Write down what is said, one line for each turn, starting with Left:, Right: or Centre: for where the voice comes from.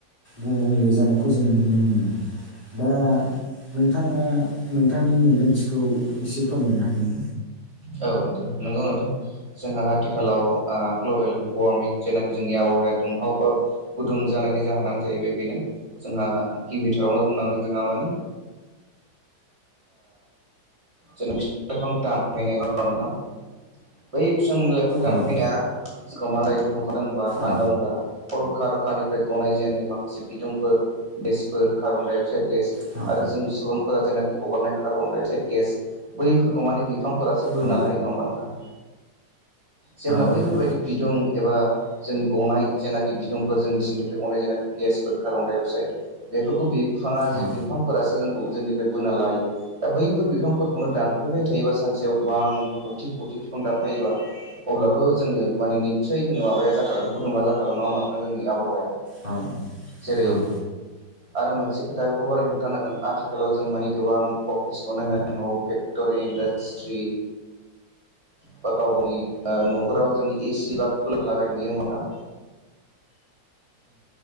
Left: गुबुंले जानायखौ जों नुनो मोनो दा नोंथाङा नोंथांनि मोन्दांथिखौ एसे फोरमायनो हागोन न
Right: औ नोंथ नंगौ नोंथां जोंहा आथिखालाव ग्लबेल वार्मिं जेनाखि जोंनि आबहावाया दुंहाव बा गुदुं जानायनि जाहोनानो जाहैबाय बेनो जोंहा गिबिथारावनो बुंनांगोन जोंहा माने जां दांहैनाय नङा नोंथां बै बिफां लाइफां दानफैनाया
Left: औ
Right: जोंखौ मााय गुदुंखादों होनबा मा
Left: औ
Right: होनना बुंल्बा अलक रखानिफ्राय गनाय जेनाखि माखासे बिदुंफोर गेसफोर कार्बन दडाइ अक्साइद गेस
Left: औ
Right: आरो जों सुबुंफोरा जेनाखि हगारनाय कार्बन ाइ अक्साय गेस बैफोरखौ माने बिफांफोरा बोना
Left: औ
Right: लायो नङा होमबा नोंथां जेब्ला
Left: नोंथां
Right: बैफोरबायदि बिदुं एबा जोंनि गनाय जेनाखि बिदुंफोर जोंनि सिंनिफ्राय गनाय जेनाखि गेसफोर कार्बन डाइ अक्साइड बेफोरखौ बिफाङा जे
Left: औ
Right: बिफांफोरासो जोंखौ जोंनिफ्राय बोना लायो दा बैफोर बिफांफोरखौनो दान थांफैबाय थायोबा सानसेयाव गोबां खौथि खौथि बिफां दानफायोबा अब्लाथ' जोङो माने निसय जोङो माबाया जाखागोन गुदुङा जाखागोन ना मथां जोंनि आबहावाया
Left: औ
Right: जेरै
Left: औ
Right: आरो मोनसे खोथा बेखौ बोरै हेंथानांगोन आथिखालाव जों मान गोबां अफिसखौनो होन अब फेक्ट'रि इडास्ट्रि बा गाव गावनि न'खराव जों एसि बा कुलार लागाय नुयो होम दां